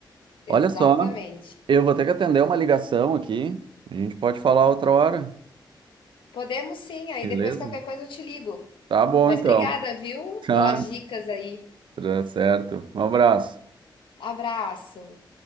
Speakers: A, on the left; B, on the right.
A: Exatamente.
B: Olha só, eu vou ter que atender uma ligação aqui. A gente pode falar outra hora,
A: Podemos sim, aí
B: beleza?
A: depois qualquer coisa eu te ligo.
B: Tá bom,
A: Mas
B: então.
A: obrigada, viu,
B: Tá,
A: pelas dicas aí.
B: tá certo. Um abraço.
A: Abraço.